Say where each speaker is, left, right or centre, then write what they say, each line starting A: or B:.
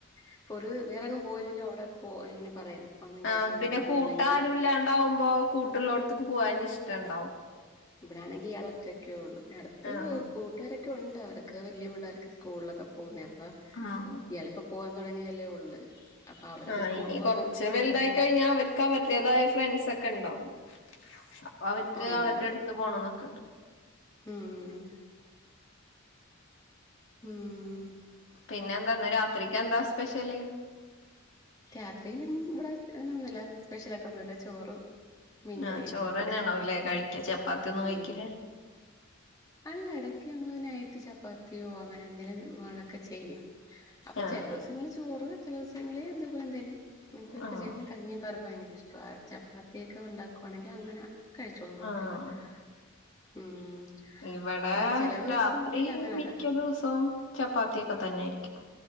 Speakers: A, on the left; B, on the left.
A: ഇപ്പൊ ഒരു വേറെങ്ങും പോയില്ലല്ലോ അവിടെ പോ ഇങ്ങനെ പറയാം ഒന്നെങ്കിൽ
B: ആഹ്
A: അച്ഛൻ
B: പിന്നെ
A: വീട്ടിൽ പോണം
B: കൂട്ടാരും
A: അല്ലെങ്കിൽ
B: ഇല്ലാണ്ടാവുമ്പോ കൂട്ടുള്ളോടത്തേക്ക് പോകാന ഇഷ്ടംണ്ടാവും
A: ഇവിടാണെങ്കിൽ ഇയാള ഒറ്റൊക്കെ ഉള്ളൂ അടുത്ത്
B: ആഹ്
A: കൂട്ടുകാരൊക്കെ ഉണ്ട് അവർക്ക് വലിയ പിള്ളേർ ഒക്കെ സ്കൂളിലൊക്കെ പോകുന്ന അപ്പം
B: ഉം
A: ഇയാൾ ഇപ്പോ പോവാൻ തുടങ്ങിയതെല്ലേ ഉള്ളൂ അപ്പൊ അവരൊക്കെ
B: ആഹ്
A: സ്കൂളിൽ
B: ഇനി
A: പോകുന്ന
B: കുറച്ച്
A: സമയത്തൊക്കെ
B: വലുതായി
A: ഇയാള്
B: കഴിഞ്ഞാ അവര് അവർക്ക് അവരുടേതായ ഫ്രണ്ട്സ ഒക്കെ ഉണ്ടാവും അപ്പൊ അവർക്ക്
A: ഉണ്ടാകും
B: അവരുടെ അടുത്ത് പോണംന്നൊക്കെണ്ട്
A: ഉം ഉം ഉം
B: പിന്നെ എന്താ ഇന്ന് രാത്രിക്ക് എന്താ സ്പെഷ്യല്
A: രാത്രിയും ഇവിടെ അങ്ങനെ ഒന്നുമല്ല സ്പെഷ്യല ആയിട്ടൊന്നും ഇല്ല ചോറും മീൻകറിയൊക്കെ
B: ആഹ് ചോറന്നെയാണോല്ലേ
A: ഉണ്ട്
B: കഴിക്ക ചപ്പാത്തി ഒന്നും
A: ഉം
B: കഴിക്കില്ല
A: അല്ല ഇടക്ക് ഞങ്ങൾ നയ്റ്റ് ചപ്പാത്തിയോ അങ്ങനെ എന്തെേലും ഒക്കെ ചെയ്യും അപ്പൊ
B: ആഹ്
A: ചില ദിവസങ്ങള് ചോറ് ചില ദിവസങ്ങളിൽ അതുപോലെന്തായാലും ഇപ്പ ഇവിടെ
B: ആഹ്
A: ചേട്ടന്ന് കഞ്ഞി പയർ ഭയങ്കര ഇഷ്ട ചപ്പാത്തിയൊക്കെ ഉണ്ടാക്കുവാണെങ്കിൽ അങ്ങനെ കഴിച്ചോളും കുഴപ്പമില്ല
B: ആഹ് ആഹ്
A: ഉം
B: ഇവിടെ
A: അപ്പൊ ചില ദിവസങ്ങളിൽ
B: രാത്രി
A: അങ്ങനെ
B: മിക്ക
A: ഉണ്ടാക്കും
B: ദിവസവും ചപ്പാത്തി ഒക്കെ തന്നെയായിരിക്കും